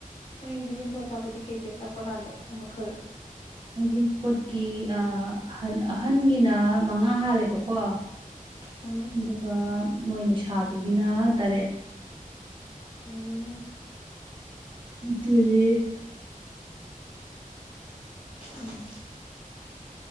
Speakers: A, on the left; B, on the right.
A: ꯑꯩꯒꯤ ꯍꯖꯤꯡꯕꯣ ꯑꯆꯥꯄꯣꯠꯗꯤ ꯀꯩꯀꯩ ꯑꯆꯥꯄꯣꯠ ꯍꯥꯥꯜꯂ ꯃꯈꯜ
B: ꯍꯧꯖꯤꯛ ꯄꯣꯠꯀꯤ ꯑꯟ ꯑꯍꯟꯒꯤꯅ ꯃꯉꯥ ꯍꯥꯜꯂꯦꯕꯀꯣ
A: ꯎꯝ
B: ꯑꯗꯨꯒ ꯃꯣꯏ ꯂꯩꯣꯏꯁꯥꯕꯤꯒꯤꯅ ꯇꯔꯦꯠ
A: ꯎꯝ
B: ꯃ ꯑꯣꯏꯂ
A: ꯎꯝ